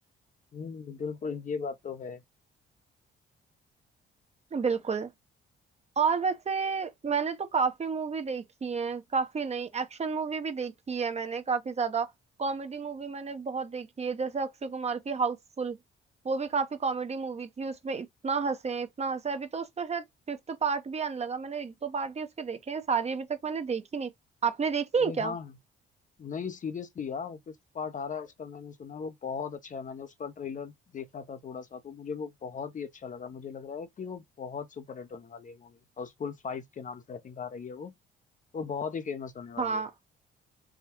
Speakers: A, on the left (about 40°); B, on the right (about 35°).
A: हम्म बिल्कुल ये बात तो है
B: बिल्कुल और वैसे मैंने तो काफी मूवी देखी है काफी नहीं एक्शन मूवी भी देखी है मैंने काफी ज्यादा कॉमेडी मूवी मैंने बहुत देखी है जैसे अक्षय कुमार की हाउसफुल वो भी काफी कॉमेडी मूवी थी उसमें इतना हंसे इतना हंसे अभी तो उसका शायद फिफ्थ पार्ट भी आने लगा मैंने एक दो पार्ट ही उसके देखे हैं सारी अभी तक मैंने देखी नहीं आपने देखी
A: अरे
B: है क्या
A: हाँ नहीं सीरियसली यार फिफ्थ पार्ट आ रहा है उसका मैंने सुना है वो बहुत अच्छा है मैंने उसका ट्रेलर देखा था थोड़ा सा तो मुझे वो बहुत ही अच्छा लगा मुझे लग रहा है कि वो बहुत सुपर हिट होने वाली है मूवी हाउसफुल फाइव के नाम से आई थिंक आ रही है वो वो बहुत ही फेमस होने वाली
B: हाँ
A: है